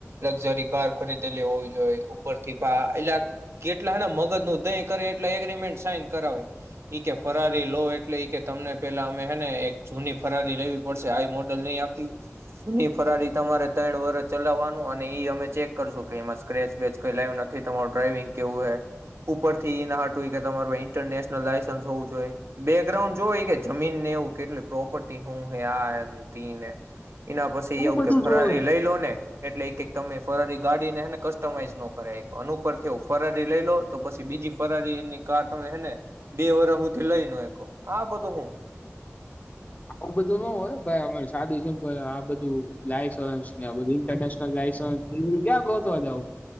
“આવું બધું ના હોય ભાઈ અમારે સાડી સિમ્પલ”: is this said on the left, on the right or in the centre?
Left